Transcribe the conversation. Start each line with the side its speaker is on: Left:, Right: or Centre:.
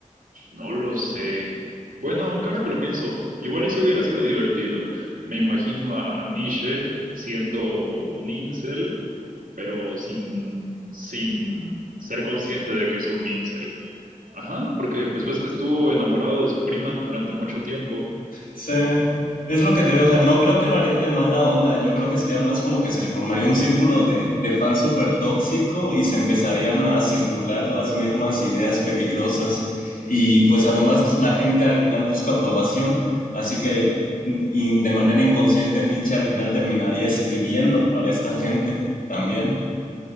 Right: no lo sé. Bueno, aunque ahora que lo pienso, igual y si hubiera sido divertido. Me imagino a Nietzsche siendo un incel pero sin, sin ser consciente de que es un incel. Ajá, porque pues ves que estuvo enamorado de su prima durante mucho tiempo.
Left: Sí, es lo que te digo, o sea, no creo que lo haría de mala onda, yo creo que sería más como que se le formaría un círculo de, de fans súper tóxico y se empezarían a circular las mismas ideas peligrosas y pues además la gente al final busca aprobación, así que y de manera inconsciente Nietzsche al final terminaría escribiendo para esta gente también.